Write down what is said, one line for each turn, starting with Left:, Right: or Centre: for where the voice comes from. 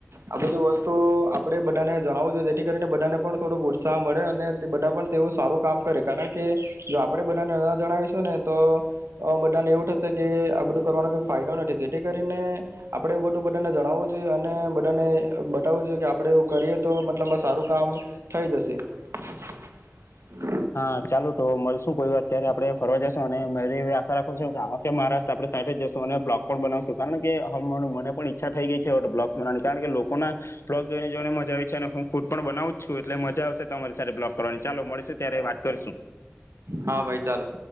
Right: આ બધી વસ્તુ આપડણે બધાને જણાવું જોએ, જેથી કરીને બધાને પણ થોડોક ઉત્સાહ મળે અને તે બધા પણ તેવું સારું કામ કરે કારણ કે, જો આપણે બધાને ન જણાવીશું ને તો બધાને એવું થશે કે આ બધું કરવાનો કોઈ ફાયદો નથી, તેથી કરીને આપણે બધું બધાને જણાવવું જોઈએ અને બધાને બતાવવું જોઈએ કે, આપણે એવું કરીએ તો મતલબમાં સારું કામ થઈ જશે. <unintelligible>
Left: હા ચાલો તો મળશું કોઈ વાર ત્યારે આપડે ફરવા જશું અનેરી આશા રાખું છું કે આ મહારાષ્ટ્ર આપણે સાઈ જશું અને બ્લોગ પણ બનાવશું કારણ કે મને પણ ઈ્છા થઈ ગઈ છે બ્લોગસ બનાવાની કારણ કે લોકો ના બ્લોગ જોઈને જોઈને મજા આવી છે અને હું ખુદ પણ બનાવું છું એટલે મજા આવશે તમારી સાથે બ્લોગ કરવાની ચાલો મળીશ. અત્યારે વાત કરશું.
Right: હા. ભાઈ ચાલો.